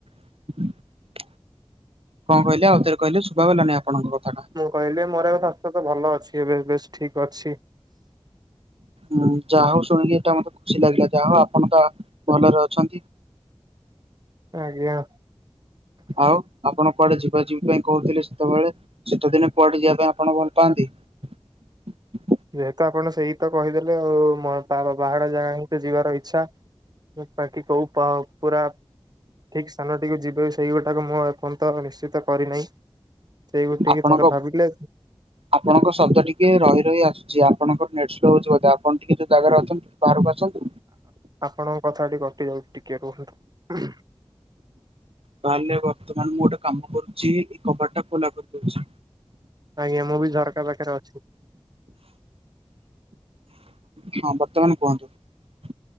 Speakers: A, on the right; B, on the right.
A: ହ <unintelligible> କଣ କହିଲେ ଆଉଥରେ କହିଲେ ଶୁଭାଗଲାନି ଆପଣଙ୍କ କଥାଟା।
B: ମୁଁ କହିଲି ମୋର ସ୍ୱାସ୍ଥ୍ୟ ତ ଭଲ ଅଛି, ବେଶ ବେଶ ଠିକ ଅଛି।
A: ଉ ଯା ହଉ ଶୁଣିକି ଏଇଟା ମତେ ଖୁସି ଲାଗିଲା, ଯା ହଉ ଆପଣ ତ ଭଲରେ ଅଛନ୍ତି।
B: ଆଜ୍ଞା।
A: ଆଉ ଆପଣ? କୁଆଡେ ଯିବା ଯିବି ପାଇଁ କହୁଥିଲେ ସେତେବେଳେ। ଶୀତ ଦିନେ କୁଆଡେ ଯିବା ପାଇଁ ଆପଣ ଭଲ ପାଆନ୍ତି? <inaudible>
B: ଯେହେତୁ ଆପଣ ସେଇ ତ କହିଦେଲେ ଆଉ, ବାହାଡ ଜାଗା ହିଁ ତ ଯିବାର ଇଛା। ବାକି କହୁ ପୁରା ଠିକ୍ ସ୍ଥାନଟିକୁ ଯିବେ, ସେଇଗୁଟାକୁ ମୁଁ ଏପର୍ଯ୍ୟନ୍ତ ନିଶ୍ଚିତ କରିନାହିଁ। ସେଇ ଗୋଟିକି
A: ଆପଣଙ୍କ
B: ଥରେ ଭାବିଲେ
A: ଆପଣଙ୍କ ଶବ୍ଦ ଟିକେ ରହି ରହି ଆସୁ ଯ ଆପଣଙ୍କର ନେଟ ସ୍ଲୋ ହଉଛି ବୋଧ, ଆପଣ ଟିକେ ଯୋଉ ଜାଗ ଅଛନ୍ତି ବାହାରକୁ ଆସନ୍ତୁ।
B: ଆପଣଙ୍କ କଥା ଟ କଟି ଯାଉଛି ଟିକେ ରୁହନ୍ତୁ।
A: ତାହେଲେ ବର୍ତ୍ତମାନ ମୁଁ ଗୋଟେ କାମ କରୁଛି, ଏଇ କବାଟା ଖୋଲା କରିଦଉଛି।
B: ଆଜ୍ଞା, ମୁଁ ବି ଝରକା ପାଖରେ ଅଛି।
A: ହଁ ବର୍ତ୍ତମାନ କୁହନ୍ତୁ?